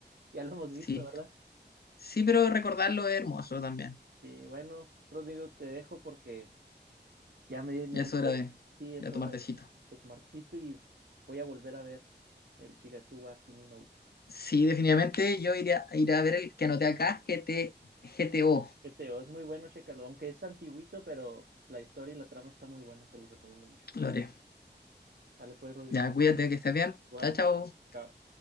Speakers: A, on the right; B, on the left.
A: ya lo hemos
B: Sí,
A: visto, ¿verdad?
B: Sí, pero recordarlo es hermoso también.
A: Sí, bueno, Rodrigo, te dejo porque ya me, me
B: Ya
A: diste,
B: es hora de,
A: sí, es
B: de
A: hora
B: tomar
A: de,
B: tecito.
A: de tomarcito y voy a volver a ver el Shigatsuwa Kimi no Uso.
B: Sí, definitivamente yo iré a, iré a ver el que anoté acá, G T GT, GTO.
A: Que teo, es muy bueno, chécalo, aunque es antiguito, pero la historia y la trama está muy buena, te lo recomiendo mucho.
B: Lo haré.
A: Dale pues, Rodrigo.
B: Ya, cuídate, que estés bien.
A: Igual,
B: Chao, chao.
A: chao.